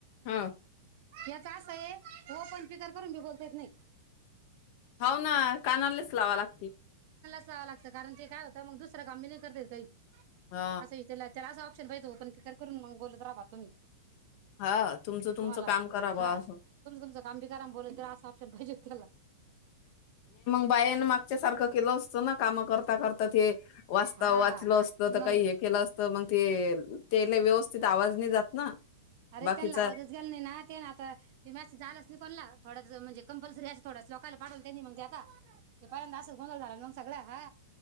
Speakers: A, on the left (about 50°); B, on the right (about 55°).
A: हं
B: याच अस हे ओपन पिकर करून बी बोलता येत नही.
A: हाव ना. कानलेच लावा लागती.
B: व लागत कारण ते काय होत मग दुसर काम बी नही करतेयेत काही.
A: हा
B: अस विचाल्याव त्याला अस शेतबईच ओपण तर तर करून मग बोलत जावा बा तुम्ही.
A: हा तुमचं तुमचं
B: तुम्हाला
A: काम करा बा
B: हा
A: असं.
B: तुमच तुमच काम बी करा अणि बोलत जा असा ऑप्शन पाहिजे. ला
A: बायाने मागच्या सारख केल असत ना. काम कर करता ते वाचता
B: हा
A: वाचल असत
B: मग
A: तर काही हे केल असत मग ते तेले व्यवस्थित आवाज नइ जात. ना.
B: अरे
A: बाकीचा
B: त्यांना आवाजच गेल नाही ना ते न आता ते मॅसेज आलाच नाही कोणला थोडा च म्हणजे कंपल्सरी अस थोडाच लोकायला पाठवलं तेनी मग देता. ते पोराचं असाच गोंदळ झाला न सगळा. हा